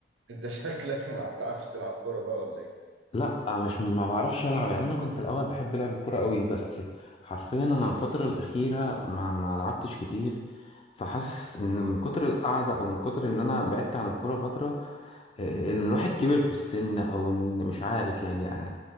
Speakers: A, on the right; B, on the left.
A: انت شكلك ما بتعرفش تلعب كورة بقى ولا ايه
B: لا مش ما بعرفش العب يعني انا كنت الاول بحب لعب الكوره قوي بس حرفيا انا الفتره الاخيره ما ما لعبتش كتير فحاسس ان من كتر القعده او من كتر ان انا بعدت عن الكوره فتره آه، ان الواحد كبر في السن او ان مش عارف يعني آه،